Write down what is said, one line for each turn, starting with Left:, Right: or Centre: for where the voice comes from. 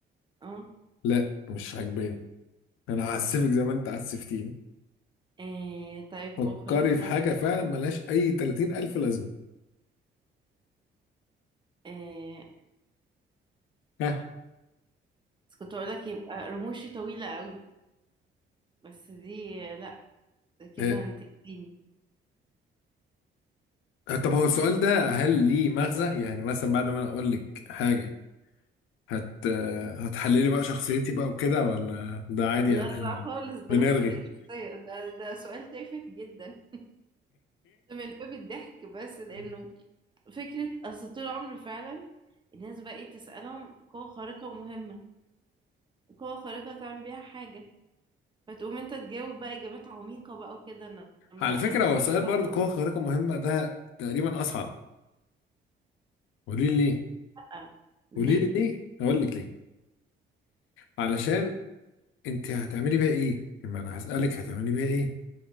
Right: اه
Left: لا مش عجباني انا هعسفك زي ما انت عسفتيني
Right: آه، طيب
Left: فكري
Right: قوة خارقة
Left: في
Right: تانية
Left: حاجه فعلا ملهاش اي 30 الف لازمه
Right: آه،
Left: ها
Right: بس كنت اقول لك يبقى رموشي طويلة قوي بس دي آه، لا ده كده
Left: إيه.
Right: هتأذيني
Left: طب هو السؤال ده هل ليه مغزى يعني مثلا بعد ما انا اقول لك حاجه هت هتحللي بقى شخصيتي بقى وكده ولا ده عادي
Right: لا
Left: يعني
Right: لا
Left: إحنا
Right: خالص ده
Left: بنرغي
Right: مش تحليل شخصية ده ده سؤال تافه جدا ده من باب الضحك بس
Left: <laughs>
Right: لأنه فكرة أصل طول عمري فعلا الناس بقى ايه تسألهم قوة خارقة مهمة قوة خارقة تعمل بيها حاجة فتقوم انت تجاوب بقى إجابات عميقة بقى وكده انما
Left: على فكرة
Right: الإجابة
Left: هو سؤال برضه قوة خارقة مهمة ده تقريبا أصعب قولي لي ليه؟
Right: آه. ليه
Left: قولي لي ليه؟ أقول لك ليه؟ علشان أنت هتعملي بيها إيه؟ لما أنا هسألك هتعملي بيها إيه؟